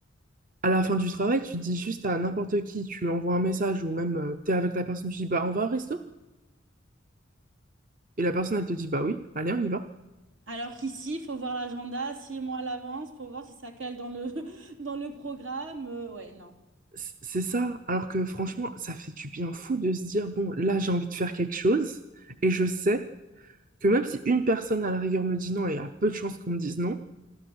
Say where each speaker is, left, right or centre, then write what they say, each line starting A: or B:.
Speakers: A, on the right; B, on the right.
A: à la fin du travail, tu dis juste à n'importe qui, tu envoies un message ou même tu t'es avec la personne, tu dis, bah, on va au resto? Et la personne, elle te dit, bah oui, allez, on y va.
B: Alors qu'ici, il faut voir l'agenda six mois à l'avance pour voir si ça cale dans le, <laughs> dans le programme. Euh, ouais, non.
A: C- C'est ça. Alors que franchement, ça fait du bien fou de se dire, bon, là, j'ai envie de faire quelque chose et je sais que même si une personne à la rigueur me dit non et a peu de chances qu'on me dise non,